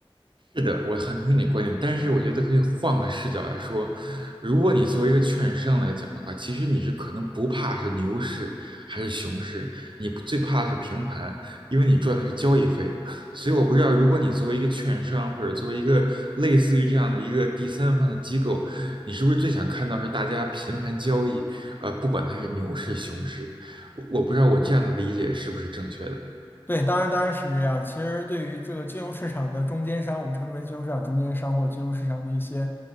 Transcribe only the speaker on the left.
对，当然当然是这样。其实对于这个金融市场的中间商，我们称之为金融市场中间商或者金融市场的一些，